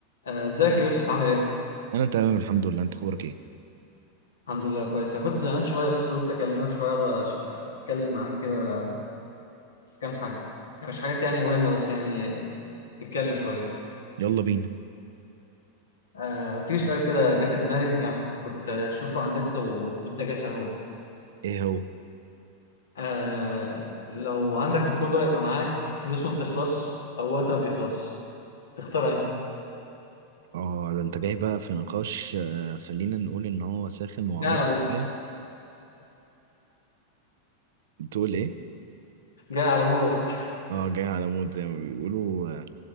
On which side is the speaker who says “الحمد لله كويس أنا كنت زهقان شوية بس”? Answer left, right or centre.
Left